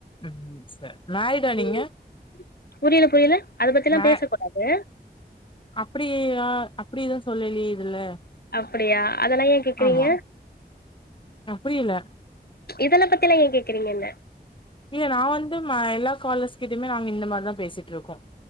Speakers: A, on the left (about 30°); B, on the left (about 65°).
A: ம் சரி மேரிடா நீங்க
B: ம் புரில புரில அத பத்தில்லா
A: மே
B: பேசக் கூடாது
A: அப்டியா அப்டி எது சொல்லலயே இதுல
B: அப்டியா அதெல்லா ஏ கேக்குறீங்க
A: ஆமா அப்டி இல்ல
B: இதெல்லா பத்திலா ஏ கேக்குறீங்க என்ன
A: இல்ல நா வந்து ம எல்லா காலர்ஸ்கிட்டயுமே நாங்க இந்த மாரி தா பேசிட் ருக்கோ